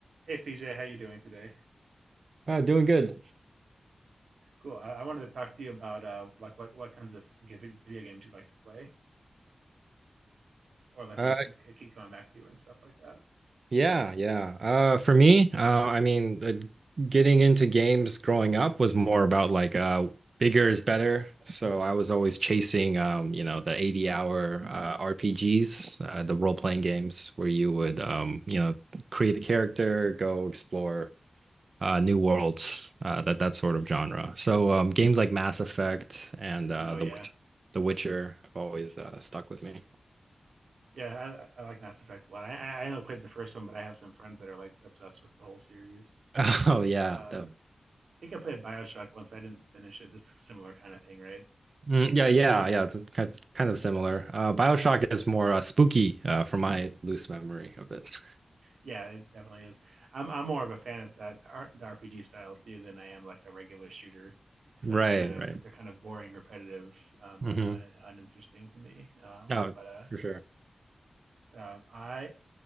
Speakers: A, on the right; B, on the right.
A: Hey CJ, how you doing today?
B: Uh, doing good.
A: Cool. I, I wanted to talk to you about uh, like what, what kinds of g- vid- video games you like to play, or like
B: Uh,
A: ones you keep keep coming back to and stuff like that.
B: yeah, yeah. Uh, for me, uh, I mean, uh, getting into games growing up was more about like uh, bigger is better. So I was always chasing, um, you know, the 80 hour uh, RPGs, uh, the role playing games where you would, um, you know, create a character, go explore uh, new worlds, uh, that that sort of genre. So um, games like Mass Effect and uh,
A: No,
B: The
A: yeah,
B: Witch, The Witcher have always uh, stuck with me.
A: yeah. I, I I like Mass Effect a lot. I, I I only played the first one, but I have some friends that are like obsessed with the whole series.
B: <laughs> Oh yeah,
A: Um,
B: definitely.
A: think I played Bioshock once, but I didn't finish it. It's a similar kind of thing, right?
B: Mm, yeah, yeah, yeah. It's kind of, kind of similar. Uh, BioShock is more uh, spooky uh, from my loose memory of it. <laughs>
A: Yeah, it definitely is. I'm I'm more of a fan of that R- the RPG style too than I am like a regular shooter. I feel
B: Right,
A: like they're kind of
B: right.
A: they're kind of boring, repetitive, um,
B: hmm
A: and un, uninteresting to me. Um,
B: Oh,
A: but uh,
B: for sure.
A: uh, I,